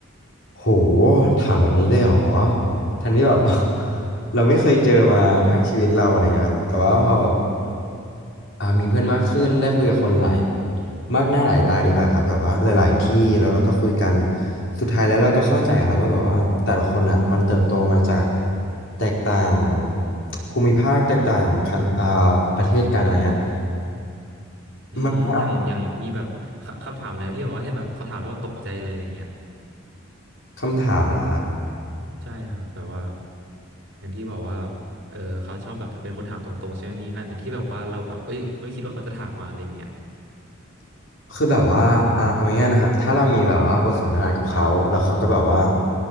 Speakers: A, on the left; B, on the right.
A: โหถามแบบนี้เลยเหรอทั้งที่แบบ <laughs> เราไม่เคยเจอมาทั้งชีวิตเราอะไรเงี้ยครับแต่ว่าพอแบบอ่ามีเพื่อนมากขึ้นได้คุยกับคนหลายมากหน้าหลายตาดีกว่าครับแบบว่าหลายๆที่แล้วเราก็คุยกัน สุดท้ายแล้วเราก็เข้าใจครับว่าแบบว่าแต่ละคนอ่ะมันเติบโตมาจากแตกต่างภูมิภาคแตกต่างคันอ่าประเทศกันอะไรเงี้ย
B: อืมอย่างอย่างมีแบบคคำถามอะไรที่แบบว่าเห็นแบบเขาถามแล้วแบบตกใจเลยอะไรเงี้ย
A: มันก็คำถามเหรอครับ
B: ใช่ครับแบบว่าอย่างที่บอกว่าแบบเออเขาชอบแบบเป็นคนถามตรงๆใช่ไหมมีอันไหนที่แบบว่าเราแบบเอ้ยไม่คิดว่าเขาจะถามมาอะไรเงี้ย
A: คือแบบว่าอ่ะเอาง่ายๆนะครับถ้าเรามีแบบว่าบทสนทนากับเขาแล้วเขาก็แบบว่า